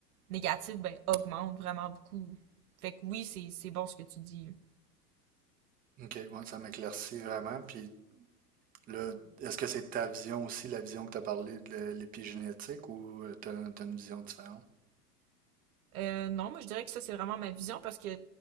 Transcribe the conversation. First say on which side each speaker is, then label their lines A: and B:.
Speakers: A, on the right (about 65°); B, on the right (about 20°).
A: négatifs ben, augmentent vraiment beaucoup. Fait que oui, c'est c'est bon ce que tu dis.
B: Ok, ouais, ça m'éclaircit vraiment. Puis là, est-ce que c'est ta vision aussi, la vision que tu as parlé de l'épigénétique, ou tu as, une vision différente?
A: Euh, non, moi je dirais que ça c'est vraiment ma vision parce que